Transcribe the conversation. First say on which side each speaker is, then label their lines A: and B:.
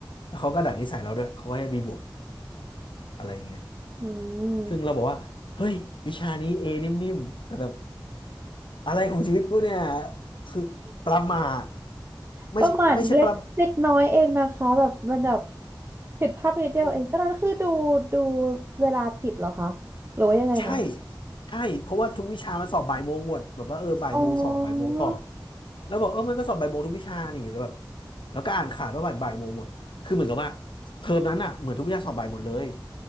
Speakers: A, on the left (about 80°); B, on the right (about 30°).
A: แล้วเขาก็ดัดนิสัยเราด้วยเขาก็ให้มีบวกอะไรอย่างเงี้ย
B: อืม
A: ซึ่งเราบอกว่าเฮ้ยวิชานี้เอนิ่มๆแต่แบบอะไรของชีวิตกูเนี่ยคือประมาทไม่ใช่ไม่ใช่ประ
B: ประมาทเล็กเล็กน้อยเองนะคะแบบระดับผิดภาพนิดเดียวเองก็นั้นคือดูดู
A: เออ
B: เวลาผิดเหรอคะหรือว่ายังไงนะ
A: ใช่ใช่เพราะว่าทุกวิชามันสอบบ่ายโมงหมด แบบว่าเออบ่ายโมงสอบบ่ายโมงสอบ
B: อ๋อ
A: แล้วบอกเออมันก็สอบบ่ายโมงทุกวิชานี่ แล้วแบบแล้วก็อ่านขาดว่าบ่ายบ่ายโมงหมด คือเหมือนกับว่าเทอมนั้นอ่ะเหมือนทุกวิชาสอบบ่ายหมดเลย